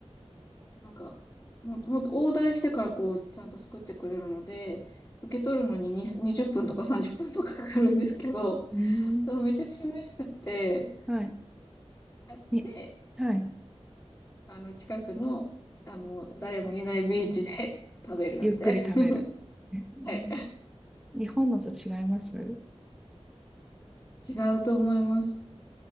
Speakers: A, on the left (about 20°); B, in the centre.
A: なんか、もう、ほんオーダーしてからこう、ちゃんと作ってくれるので、受け取るのにに20分とか30分とかかかるんですけど、<laughs>
B: うーん。
A: でもめちゃくちゃ美味しくて、
B: はい。
A: 買って、
B: に、はい。
A: あの、近くの、あの、誰もいないビーチで <laughs> 食べるみたいな。
B: ゆっくり食べる。
A: <laughs>
B: うん
A: はい。
B: 日本のと違います
A: 違うと思います。